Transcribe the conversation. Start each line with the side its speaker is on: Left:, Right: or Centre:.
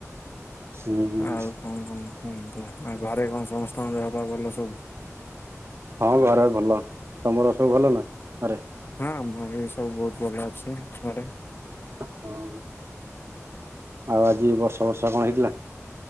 Right: ହୁଁ
Left: ଆଉ। କଣ କଣ କୁହନ୍ତୁ, ଆଉ ଘରେ କଣ ସମସ୍ତଙ୍କ ଦେହ ପା ଭଲ ସବୁ?
Right: ହଁ ଘରେ ଭଲ, ତମର ସବୁ ଭଲ ନା ଘରେ?
Left: ହଁ ମୋର ବି ସବୁ ବହୁତ ଭଲ ଅଛି ଘରେ।
Right: ହଁ ଆଉ ଆଜି ବର୍ଷା ଫର୍ଷା କଣ ହେଇଥିଲା?